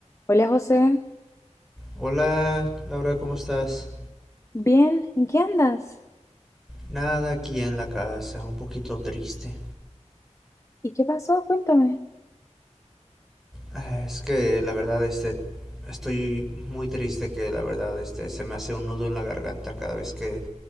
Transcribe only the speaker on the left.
Hola José,
bien, ¿en qué andas?
¿Y qué pasó? Cuéntame.